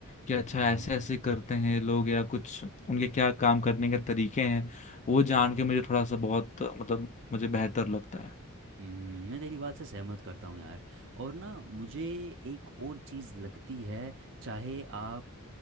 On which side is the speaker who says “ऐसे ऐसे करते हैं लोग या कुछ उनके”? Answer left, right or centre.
Left